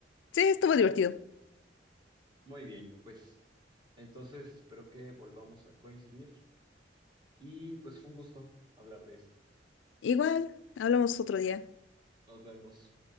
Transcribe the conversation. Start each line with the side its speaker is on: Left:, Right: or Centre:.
Left: Sí, estuvo divertido.
Right: Muy bien, pues entonces espero que volvamos a coincidir y pues fue un gusto hablar de esto.
Left: Igual, hablamos otro día.
Right: Nos vemos.